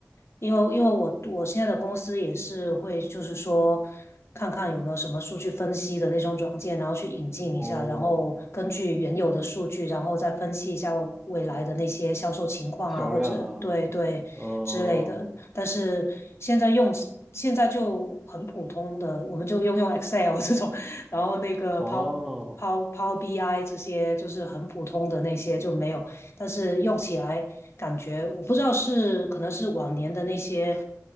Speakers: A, on the left; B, in the centre.
A: 因为因为我我现在的公司也是会，就是说看看有没有什么数据分析的那种软件，然后去引进一下，
B: 哦，
A: 然后根据原有的数据，然后再分析一下未来的那些销售情况啊，
B: 销量啊，
A: 或者对对之类的。
B: 嗯。
A: 但是现在用起现在就很普通的，我们就用用 Excel 这种，然后那个
B: 哦，
A: Power Power Power BI 这些就是很普通的那些就没有，但是用起来。感觉我不知道是可能是往年的那些